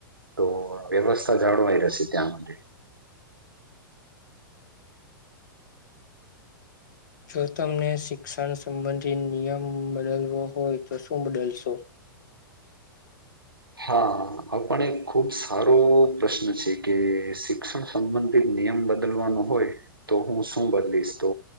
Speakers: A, on the right; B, on the left.
A: તો વ્યવસ્થા જાળવાય રહેશે ત્યાં માટે.
B: જો તમને શિક્ષણ સંબંધી નિયમ બદલવો હોય તો શું બદલશો?
A: હા આપણ એક ખુબ સારો પ્રશ્ન છે કે શિક્ષણ સંબંધિત નિયમ બદલવાનો હોય તો હું શું બદલીશ. તો